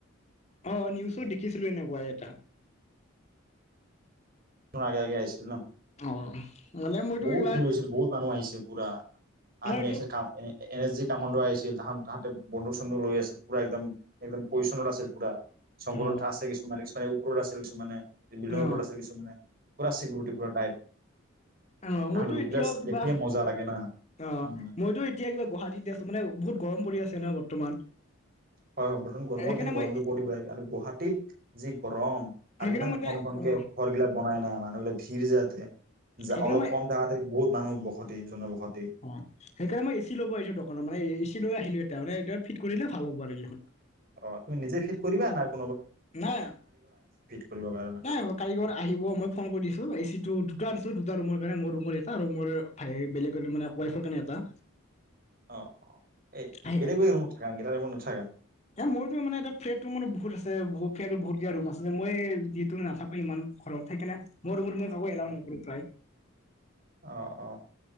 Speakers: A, on the left; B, on the right.
A: অ নিউজটো দেখিছিলো এনেকুৱা এটা
B: মোৰ আগে আগে আহিছিল ন‌
A: অ মানে মইতো
B: বহুত
A: কিবা
B: ভিৰ হৈছিল বহুত মানুহ আহিছে পুৰা আৰ্মি
A: মই এইটো
B: আহিছিল কাম এনে এন এছ জি কামাণ্ডো আহিছিল তাহন তাহাঁতে বন্ধুক চন্ধুক লৈ আছিল পুৰা একদম একদম পইচনত আছিল পুৰা জংঘলত
A: অ
B: আছে কিছুমান কিছুমানে ওপৰত আছে কিছুমানে বিল্ডিংৰ
A: অ
B: ওপৰত আছে কিছুমানে পুৰা চিকোৰুটি পুৰা টাইট
A: আহ মইতো
B: আৰু লোকগিলাচ
A: এতিয়াও কিবা
B: দেখিলে মজা লাগে না
A: অ
B: উম
A: মইতো এতিয়া কিবা গুৱাহাটীত আছোঁ মানে বহুত গৰম পৰি আছে নহয় বৰ্তমান
B: হয় হয় প্ৰথম গৰমৰ
A: সেইকাৰণে
B: দিন গৰমটো
A: মই
B: পৰিব আৰু গুৱাহাটীত যি গৰম
A: সেইকাৰণে
B: আৰু ইমান
A: মই এতিয়া
B: ঘন ঘনকে
A: অ
B: ঘৰ বিলাক বনাই নাই মানুহবিলাক ভিৰ যাতে
A: সেইকাৰণে
B: অলপ
A: মই
B: কম জেগাতে বহুত মানুহ বসতি জন বসতি
A: অ সেইকাৰণে মই এ চি ল'ব আহিছো দোকানত মানে এ চি দৰে আহিলো এ তাৰ মানে এতিয়া আৰু ফিট কৰিলে ভাল হ'ব আৰু দেখন
B: অ তুমি নিজে ফিট কৰিবা ন
A: নাই
B: কৰিবৰ কাৰণে
A: নাই কাৰিকৰ আহিব মই ফোন কৰি দিছো এচি টো দুটা দিছোঁ দুটা ৰুমৰ কাৰণে মোৰ ৰুমৰ এটা আৰু মোৰ ভাই বেলেগৰ মানে ৱাইফৰ কাৰণে এটা
B: অ অ এই
A: আহি
B: বেলেগ বেলেগ ৰুমত থাকা নেকি এটা ৰুমত নথাকা
A: এ মোৰতো মানে এটা ফ্লেট মানে বহুত আছেলে ফ্লেটত বহুত কেইটা ৰুম আছে যে মই যিটো নাথাকো ইমান ঘৰত সেইকাৰণে মোৰ ৰুমত মই কাকো এলাও
B: অ
A: নকৰো প্ৰায়
B: অ অ